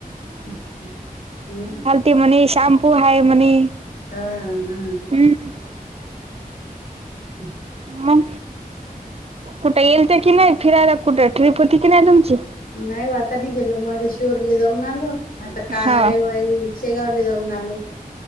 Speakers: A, on the left; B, on the right.
A: हम्म.
B: ते म्हणे शॅम्पू आहे म्हणे.
A: हा हा.
B: हम्म.
A: अहं
B: म कुठे येल ते की नाही फिरायला कुठे ट्रीप होती कि नाही तुमची?
A: नाही वातानी गेलो माग शिरली जाऊन आलो आता का
B: हा
A: रविवारी. शेगावले जाऊन आलो.